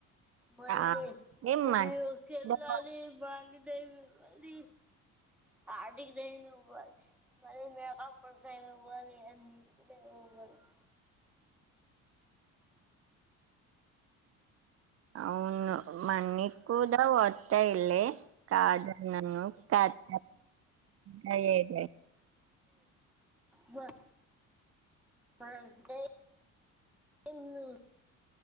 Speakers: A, in the centre; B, on the right.
A: మళ్ళీ
B: అదే
A: స్టూడియో
B: మనీ
A: కి వెళ్ళాలి
B: కూడా-
A: మార్నింగ్ ఉదయానికే పోవాలి పాటికి దేనికో పోవాలి మళ్లీ మేకప్ ట్రైనర్ గా పోవాలి అందుకు దేనికో ఒక దానికి
B: అవును మనీ కూడా వస్తాయి లే కాదనను కాదు మరి ఏదైనా
A: మ మందే ను